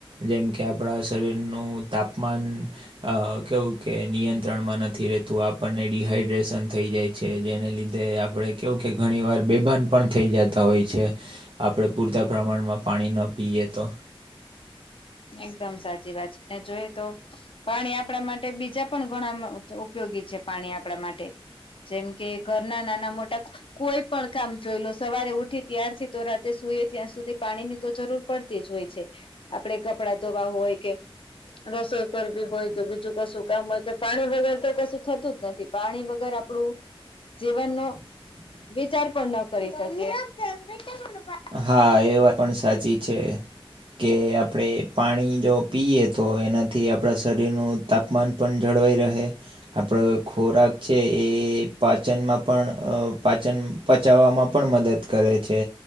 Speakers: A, on the right; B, on the left.
A: જેમ કે આપડા શરીરનું તાપમાન અ કેવું કે નિયંત્રણમાં નથી રેતું આપણને ડીહાઈડ્રેશન થઈ જાય છે જેને લીધે તે આપણે કેવું કે ઘણી વાર બેભાન પણ થઈ જાતા હોય છે. આપડે પૂરતા પ્રમાણમાં પાણી ન પીએ તો.
B: એકદમ સાચી વાત છે ને જોઈ તો પાણી આપણા માટે બીજા પણ ઘણા મ ઉપયોગી છે પાણી આપણા માટે. જેમ કે ઘરના નાના મોટા કોઈ પણ કામ જોઈ લો સવારે ઉઠી ત્યારથી તો રાતે સુઈએ ત્યાં સુધી પાણી ની તો જરૂર પડતી જ હોય છે આપડે કપડાં ધોવા હોય કે રસોઈ કરરબી હોય કે બીજું કશું કામ હોય કે પાણી વગર તો કશું થતું જ નથી. પાણી વગર આપડું જીવનનું વિચાર પણ ન કરી શકીએ.
A: હા એ વાત પણ સાચી છે. કે આપણે પાણી જો પીએ તો એના થી આપણા શરીરનું તાપમાન પણ જળવાઈ રહે, આપણો ખોરાક છે. એ પાચનમાં પણ પાચન પચાવવામાં પણ મદદ કરે છે.